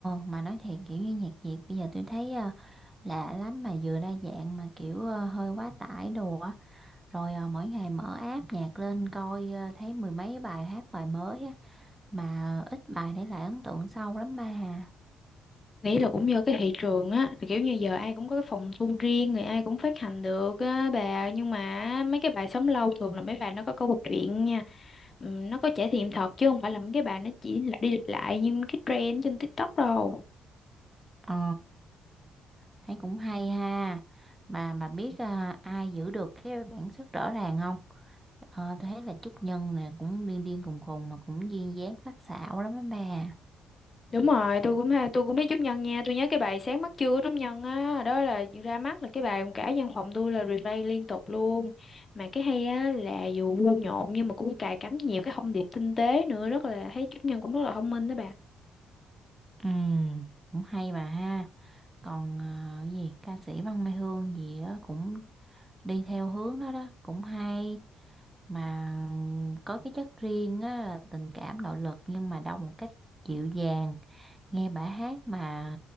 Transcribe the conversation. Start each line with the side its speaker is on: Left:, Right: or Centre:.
Right: mà nói thiệt kiểu như nhạc Việt bây giờ tôi thấy ờ, lạ lắm mà vừa đa dạng mà kiểu ờ, hơi quá tải đồ á. Rồi ờ, mỗi ngày mở app nhạc lên coi ờ, thấy mười mấy bài hát bài mới á. Mà ít bài để lại ấn tượng sâu lắm ba hà.
Left: nghĩ là cũng do cái thị trường á thì kiểu như giờ ai cũng có cái phòng thu riêng người ai cũng phát hành được á bà nhưng mà mấy cái bài sống lâu thường là mấy bài nó có câu chuyện nha Ừm, nó có trải nghiệm thật chứ không phải là mấy cái bài nó chỉ lặp đi lặp lại như cái trend trên TikTok đâu
Right: Ồ, thấy cũng hay ha. Mà mà biết ờ, ai giữ được cái bản sắc rõ ràng không? Ờ, tôi thấy là Trúc Nhân nè cũng điên điên khùng khùng mà cũng duyên dáng sắc sảo lắm á bà.
Left: Đúng rồi, tôi cũng hay- tôi cũng biết Trúc Nhân nha, tôi nhớ cái bài Sáng mắt trưa của Trúc Nhân á, đó là ra mắt là cái bài cả văn phòng tôi là replay liên tục luôn. Mà cái hay á là dù vui nhộn nhưng mà cũng cài cắm nhiều cái thông điệp tinh tế nữa, rất là thấy Trúc Nhân cũng rất là thông minh đó bà.
Right: Ừ, cũng hay bà ha. còn à, cái gì ca sĩ Văn Mai Hương gì á cũng đi theo hướng đó đó cũng hay mà có cái chất riêng á là tình cảm nội lực nhưng mà đâu một cách dịu dàng nghe bà hát mà